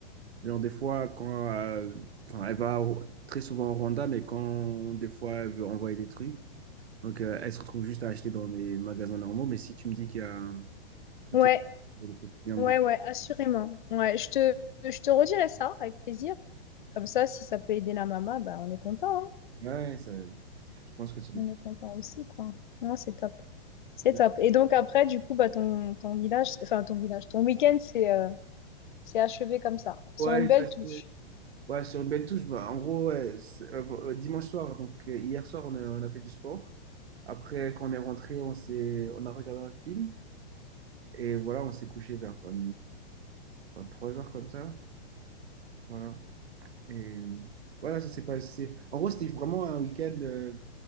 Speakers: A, on the right; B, on the left.
A: Genre, des fois, quand euh, enfin, elle va au- très souvent au Rwanda, mais quand des fois elle veut envoyer des trucs, donc euh, elle se retrouve juste à acheter dans les magasins normaux. Mais si tu me dis qu'il y a un, un
B: Ouais.
A: truc, des trucs bien
B: Ouais,
A: moins.
B: ouais, assurément. Ouais, je te, je te redirai ça avec plaisir. Comme ça, si ça peut aider la maman, bah, on est content, hein.
A: Ouais, ça- je pense que c'est des
B: On est content aussi, quoi. Non, c'est top. C'est
A: fois.
B: top. Et donc après, du coup, bah, ton, ton village, enfin ton village, ton week-end, c'est euh, c'est achevé comme ça, sur
A: Ouais,
B: une belle
A: ça, c'est-
B: touche.
A: Ouais, sur une belle touche. bah, en gros, ouais, c'est- euh, euh, dimanche soir, donc euh, hier soir, on a, on a fait du sport. Après, quand on est rentré, on s'est, on a regardé un film. Et voilà, on s'est couché vers 20 23 heures comme ça. Voilà. Et euh, voilà, ça s'est passé. En gros, c'était vraiment un week-end euh,